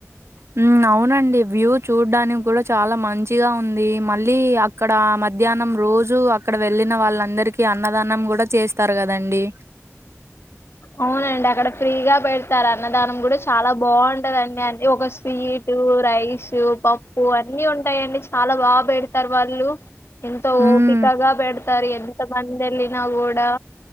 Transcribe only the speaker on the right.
హ్మ్ అవునండి వ్యూ చూడ్డానికి కూడా చాలా మంచిగా ఉంది మళ్ళీ అక్కడ మ మధ్యాహ్నం రోజు అక్కడ వెళ్ళిన వాళ్ళందరికిీ అన్నదానం కూడా చేస్తారు కదండి
మ్మ్